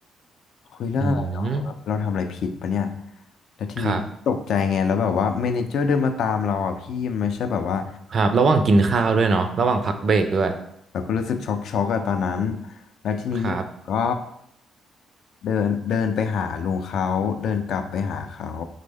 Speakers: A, on the left; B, on the right.
A: คุยเรื่องอะไรหรอแบบเราทำอะไรผิดปะเนี่ย
B: อืม
A: แล้วทีนี้ตกใจไงแล้วแบบว่าเมเนเจอร์เดินมาตามเราอ่ะพี่มันไม่ใช่แบบว่า
B: ครับครับระหว่างกินข้าวด้วยเนาะระหว่างพักเบรกด้วย
A: เราก็รู้สึกช็อกช็อกอะตอนนั้นแล้วทีนี้ก็
B: ครับ
A: เดินเดินไปหาลุงเขาเดินกลับไปหาเขา